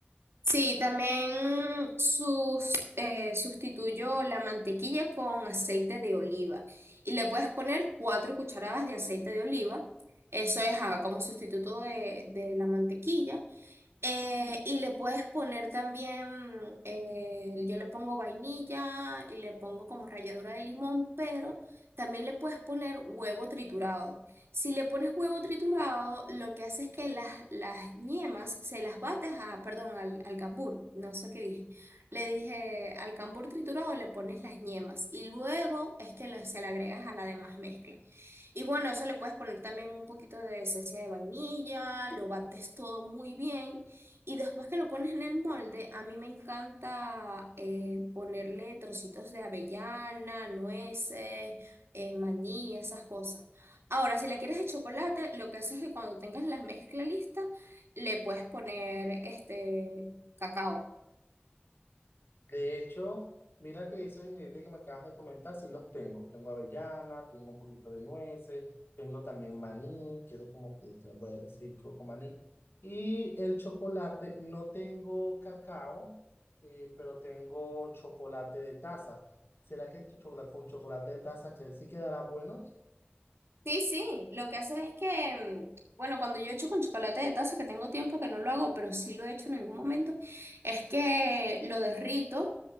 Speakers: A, on the right; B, on the left.
A: Sí, también sus- eh, sustituyo la mantequilla con aceite de oliva y le puedes poner cuatro cucharadas de aceite de oliva. Eso es ah, como sustituto de, de la mantequilla. Eh, y le puedes poner también, eh, yo le pongo vainilla y le pongo como ralladura de limón, pero también le puedes poner huevo triturado. Si le pones huevo triturado, lo que hace es que las, las yemas se las bates a, perdón, al, al cambur, no sé qué dije. Le dije al cambur triturado le pones las yemas y luego es que le- se le agregas a la demás mezcla. Y bueno, eso le puedes poner también un poquito de esencia de vainilla, lo bates todo muy bien. Y después que lo pones en el molde, a mí me encanta eh, ponerle trocitos de avellana, nueces, eh, maní, esas cosas. Ahora, si la quieres de chocolate, lo que haces es que cuando tengas la mezcla lista, le puedes poner este cacao.
B: De hecho, mira que esos ingredientes que me acabas de comentar, sí los tengo. Tengo avellana, tengo un poquito de nueces, tengo también maní, quiero como que te voy a decir, quiero con maní. Y el chocolate, no tengo cacao, eh, pero tengo chocolate de taza. ¿Será que tu chocolate con chocolate de taza que sí quedarán buenos?
A: Sí, sí, lo que hace es que, mm, bueno, cuando yo echo con chocolate de taza, que tengo tiempo que no lo hago, pero sí lo he hecho en algún momento, es que lo derrito